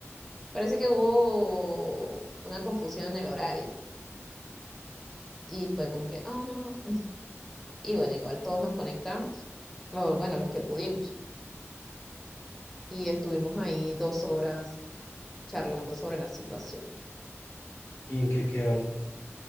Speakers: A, in the centre; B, on the left (about 60°).
A: Parece que hubo una confusión en el horario y fue como que, ah, no. Y bueno, igual todos nos conectamos, o bueno, los que pudimos, y estuvimos ahí dos horas charlando sobre la situación.
B: ¿Y en qué quedaron?